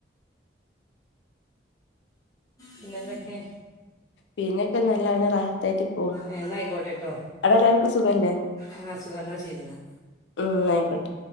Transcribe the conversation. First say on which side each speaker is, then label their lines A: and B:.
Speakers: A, on the left; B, on the left.
A: പിന്നെന്തൊക്കെ?
B: പിന്നെക്കെ നല്ലനെ റാഹത്തായിട്ട് പോണ്
A: ഏഹ് ന്നാ ഐക്കോട്ടെ ട്ടോ,
B: അവിടെ എല്ലാവർക്കും സുഖല്ലേ
A: ആ സുഖം ന്നാ ശരി ന്നാ
B: ഉം ന്നാഐക്കോട്ടെ